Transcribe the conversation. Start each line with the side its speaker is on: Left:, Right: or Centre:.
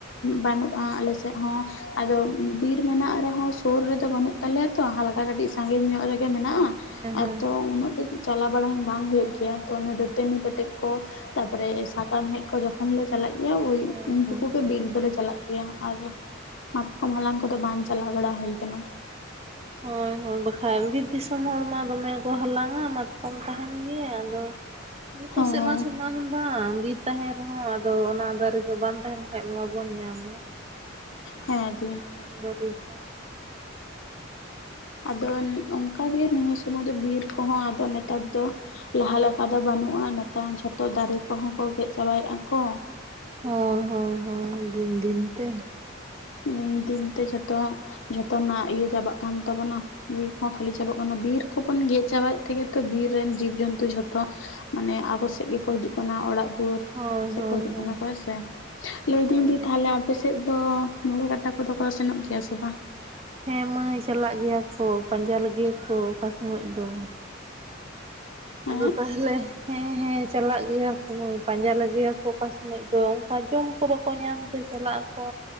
Left: ᱵᱟᱹᱱᱩᱜᱼᱟ ᱟᱞᱮ ᱥᱮᱫ ᱦᱚᱸ ᱟᱫᱚ ᱵᱤᱨ ᱢᱮᱱᱟᱜ ᱨᱮᱦᱚᱸ ᱥᱩᱨ ᱨᱮᱫᱚ ᱵᱟᱹᱱᱩᱜ ᱛᱟᱞᱮᱭᱟ ᱛᱚ ᱦᱟᱞᱠᱟ ᱠᱟᱹᱴᱤᱡ ᱥᱟᱺᱜᱤᱧ ᱧᱚᱜ ᱨᱮᱜᱮ ᱢᱮᱱᱟᱜᱼᱟ ᱾
Right: ᱦᱮᱸ
Left: ᱟᱫᱚ
Right: ᱦᱮᱸ
Left: ᱩᱱᱟᱹᱜ ᱫᱚ ᱪᱟᱞᱟᱣ ᱵᱟᱲᱟ ᱵᱟᱝ ᱦᱳᱭᱳᱜ ᱜᱮᱭᱟ ᱛᱚ ᱚᱱᱟ ᱫᱟᱹᱛᱟᱹᱱᱤ ᱯᱮᱴᱮᱡ ᱠᱚ ᱛᱟᱯᱚᱨᱮ ᱥᱟᱠᱟᱢ ᱦᱮᱡ ᱠᱚ ᱡᱚᱠᱷᱚᱱ ᱞᱮ ᱪᱟᱞᱟᱜ ᱳᱭ
Right: ᱦᱳᱭ
Left: ᱩᱱ
Right: ᱦᱳᱭ
Left: ᱴᱩᱠᱩ ᱜᱮ ᱵᱤᱨ ᱫᱚᱞᱮ ᱪᱟᱞᱟᱜ ᱜᱮ ᱭᱟ ᱟᱨ ᱢᱟᱛᱠᱚᱢ ᱦᱟᱞᱟᱝ ᱠᱚᱫᱚ ᱵᱟᱝ ᱪᱟᱞᱟᱣ ᱵᱟᱲᱟ ᱦᱳᱭ ᱟᱠᱟᱱᱟ ᱾
Right: ᱦᱳᱭ ᱦᱳᱭ ᱵᱟᱠᱷᱟᱡ ᱵᱤᱨ ᱫᱤᱥᱚᱢ ᱦᱚᱲ ᱢᱟ ᱫᱚᱢᱮ ᱠᱚ ᱦᱟᱞᱟᱝᱟ ᱢᱟᱛᱠᱚᱢ ᱛᱟᱦᱮᱱ ᱜᱮ ᱟᱫᱚ ᱡᱚᱛᱚ
Left: ᱦᱚᱸ
Right: ᱥᱮᱫ ᱢᱟ ᱥᱚᱢᱟᱱ ᱵᱟᱝ ᱵᱤ ᱛᱟᱦᱮᱸ ᱨᱮᱦᱚᱸ ᱟᱫᱚ ᱚᱱᱟ ᱫᱟᱨᱮ ᱫᱚ ᱵᱟᱝ ᱛᱟᱦᱮᱱ ᱠᱷᱟᱡ ᱵᱟᱵᱚᱱ ᱧᱟᱢᱟ ᱾
Left: ᱦᱮᱸ ᱫᱤ ᱾
Right: <unintelligible>
Left: ᱟᱫᱚ ᱚᱱᱠᱟᱜᱮ ᱱᱤᱭᱟᱹ ᱥᱚᱢᱚᱭ ᱨᱮ ᱵᱤᱨ ᱠᱚᱦᱚᱸ ᱟᱫᱚ ᱱᱮᱛᱟᱨ ᱫᱚ ᱞᱟᱦᱟ ᱞᱮᱠᱟ ᱫᱚ ᱵᱟᱹᱱᱩᱜᱼᱟ ᱱᱮᱛᱟᱨ ᱡᱷᱚᱛᱚ ᱫᱟᱨᱮ ᱠᱚᱦᱚᱸ ᱠᱚ ᱜᱮᱫ ᱪᱟᱵᱟᱭᱮᱜᱼᱟ ᱠᱚ
Right: ᱦᱳᱭ ᱦᱳᱭ ᱦᱳᱭ ᱫᱤᱱ ᱫᱤᱱ ᱛᱮ ᱾
Left: ᱫᱤᱱ ᱫᱤᱱ ᱛᱮ ᱡᱷᱚᱛᱚ ᱡᱷᱚᱛᱚᱱᱟᱜ ᱤᱭᱟᱹ ᱪᱟᱵᱟᱜ ᱠᱟᱱ ᱛᱟᱵᱚᱱᱟ ᱾ ᱵᱤᱨ ᱠᱚᱦᱚᱸ ᱠᱷᱟᱹᱞᱤ ᱪᱟᱵᱟᱜ ᱠᱟᱱᱟ ᱵᱤᱨ ᱠᱚᱵᱚᱱ ᱜᱮᱫ ᱪᱟᱵᱟᱭᱮᱫ ᱛᱮᱜᱮ ᱛᱚ ᱵᱤᱨ ᱨᱮᱱ ᱡᱤᱵ-ᱡᱚᱱᱛᱩ ᱡᱷᱚᱛᱚ ᱚᱱᱮ ᱟᱵᱚ ᱥᱮᱫ ᱜᱮᱠᱚ ᱦᱤᱡᱩᱜ ᱠᱟᱱᱟ ᱚᱲᱟᱜ ᱫᱩᱣᱟᱹᱨ
Right: ᱦᱳᱭ
Left: ᱾ ᱥᱮᱫ
Right: ᱦᱳᱭ
Left: ᱠᱚ ᱦᱤᱡᱩᱜ
Right: ᱦᱳᱭ
Left: ᱠᱟᱱᱟ ᱠᱚ ᱦᱮᱸ ᱥᱮ ᱞᱟᱹᱭᱫᱤᱧ
Right: ᱦᱳᱭ
Left: ᱫᱤ ᱛᱟᱦᱚᱞᱮ ᱟᱯᱮ ᱥᱮᱫ ᱫᱚ ᱢᱚᱬᱮ ᱠᱟᱴᱟ ᱠᱚᱫᱚ ᱠᱚ ᱥᱮᱱᱚᱜ ᱜᱮᱭᱟ ᱥᱮ ᱵᱟᱝ?
Right: ᱦᱮᱸ ᱢᱟᱹᱭ ᱪᱟᱞᱟᱜ ᱜᱮᱭᱟ ᱠᱚ ᱯᱟᱸᱡᱟ ᱞᱮ ᱜᱮᱭᱟ ᱠᱚ ᱚᱠᱟ ᱥᱚᱢᱚᱭ ᱫᱚ
Left: ᱦᱮᱸ
Right: ᱟᱫᱚ ᱛᱟᱦᱚᱞᱮ ᱦᱮᱸ ᱦᱮᱸ ᱪᱟᱞᱟᱜ ᱜᱮᱭᱟ ᱠᱚ ᱢᱟᱹᱭ ᱯᱟᱸᱡᱟ ᱞᱮᱜᱮᱭᱟ ᱠᱚ ᱚᱠᱟ ᱥᱚᱢᱚᱭ ᱫᱚ ᱚᱱᱠᱟ ᱡᱚᱢ ᱠᱚ ᱵᱟᱠᱚ ᱧᱟᱢ ᱛᱮ ᱪᱟᱞᱟᱜ ᱟᱠᱚ